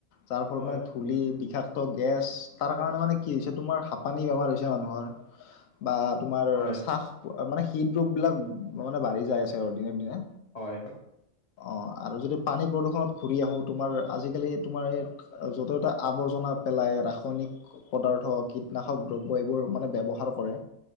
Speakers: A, on the left; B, on the left.
A: যাৰ ফল
B: হয়
A: মানে খুলি বিষাক্ত গেছ তাৰ কাৰণে মানে কি হৈছে তোমাৰ হাঁপানী বেমাৰ হৈছে মানুহৰ। বা তোমাৰ
B: হয়
A: চাহ মানে হৃদ ৰোগ বিলাক মানে বাঢ়ি যাই আছে আৰু দিনে দিনে।
B: হয়
A: অ', আৰু যদি পানী প্ৰদূষণত ঘূৰি আহোঁ তোমাৰ আজি-কালি তোমাৰ ইয়াত য' ত আৱৰ্জনা পেলাই ৰাসায়নিক পদাৰ্থ কীটনাশক দ্ৰব্য এইবোৰ মানে ব্যৱহাৰ কৰে।